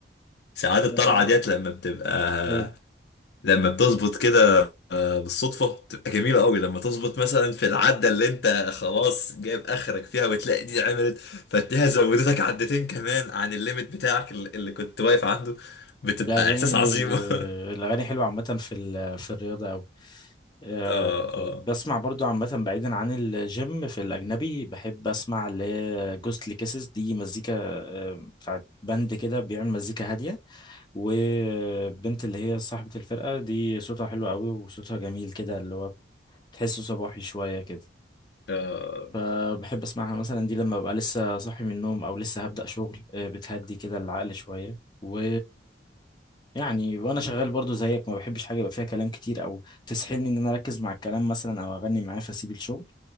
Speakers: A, on the left; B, on the left.
A: ساعات الطلعة
B: أيوة.
A: ديت لما بتبقى
B: أيوة.
A: لما بتظبط كده آه، بالصدفة بتبقى جميلة قوي لما تظبط مثلا في العدة اللي انت خلاص جايب اخرك فيها وتلاقي دي عملت فتلاقيها زودتك عدتين كمان عن الليمت بتاعك اللي اللي كنت واقف عنده بتبقى
B: الأغاني
A: احساس عظيم <laughs> اه
B: الأغاني حلوة عامة في ال- في الرياضة أوي أه،
A: اه
B: بسمع برضو عامة بعيدا عن الجيم في الأجنبي بحب أسمع لجوستلي كيسز دي مزيكا أه، بتاعت بند كده بيعمل مزيكا هادية والبنت اللي هي صاحبة الفرقة دي صوتها حلو أوي وصوتها جميل كده اللي هو تحسه صباحي شوية كده
A: اه
B: فبحب اسمعها مثلا دي لما ببقى لسه صاحي من النوم او لسه هبدأ شغل آه، بتهدي كده العقل شوية و يعني وانا شغال برضو زيك ما بحبش حاجة يبقى فيها كلام كتير او تسحلني ان انا اركز مع الكلام مثلا او اغني معاه فاسيب الشغل